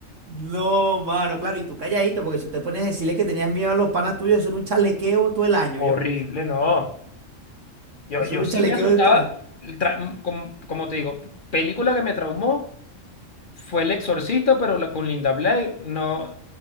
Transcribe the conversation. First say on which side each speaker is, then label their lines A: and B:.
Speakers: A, on the right; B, on the left.
A: No, mano, claro, y tú calladito, porque si te pones a decirle que tenías miedo a los panas tuyos, eso era un chalequeo todo el año,
B: horrible,
A: ¿yo?
B: no. Yo,
A: Eso
B: yo
A: era un
B: sí
A: chalequeo
B: me asustaba,
A: de todo el año.
B: el tra- como, como te digo, película que me traumó fue El Exorcista, pero la, con Linda Blair, no.